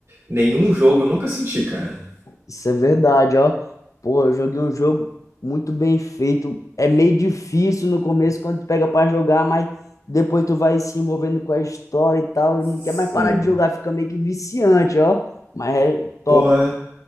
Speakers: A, on the right (about 60°); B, on the left (about 80°).
A: nenhum jogo eu nunca senti, cara.
B: Isso é verdade, ó. Pô, eu joguei um jogo muito bem feito. É meio difícil no começo quando tu pega pra jogar, mas depois tu vai se envolvendo com a história e tal,
A: Sim.
B: e não quer mais parar de jogar, fica meio que viciante, ó. Mas é top.
A: Porra.